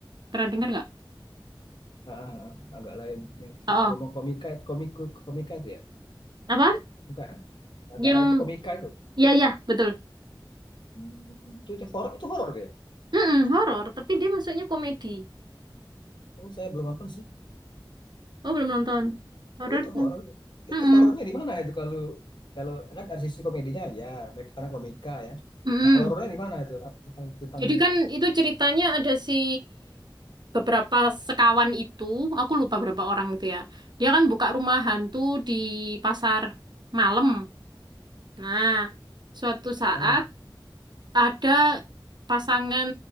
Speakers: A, on the right; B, on the left.
A: Pernah dengar nggak?
B: Ah, ah, ah. agak lain yang si
A: Oh,
B: Romo
A: oh.
B: komika itu komik komika itu ya.
A: apa?
B: Bukan.
A: Yang
B: Agak lain itu komika itu.
A: ya ya betul.
B: Hmm. Itu, itu horor itu horor ya.
A: Mm horor, tapi dia masuknya komedi.
B: Oh, saya belum nonton sih.
A: Oh belum nonton. Horor.
B: Oh, itu horor. Itu
A: Mm-mm.
B: horornya di mana itu kalau kalau kan dari sisi komedinya ya, baik karena komika ya.
A: Mm-mm.
B: Nah, horornya di mana itu? Apa Tentang tentang
A: Jadi kan itu ceritanya ada si beberapa sekawan itu, aku lupa berapa orang itu ya. Dia kan buka rumah hantu di pasar malam. Nah, suatu saat
B: ah,
A: ada pasangan